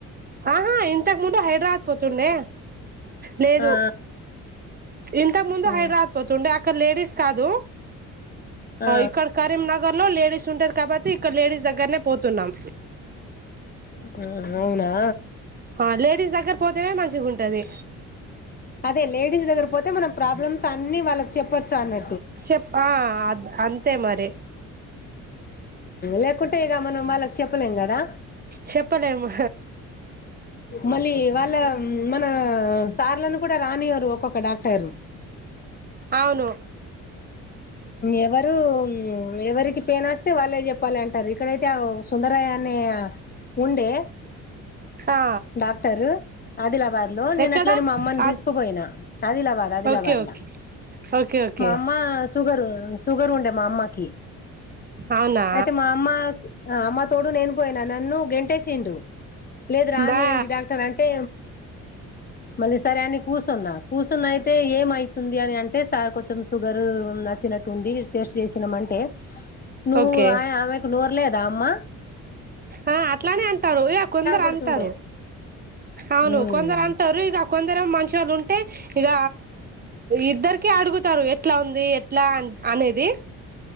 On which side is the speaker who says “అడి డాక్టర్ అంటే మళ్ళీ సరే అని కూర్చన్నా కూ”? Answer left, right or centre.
Left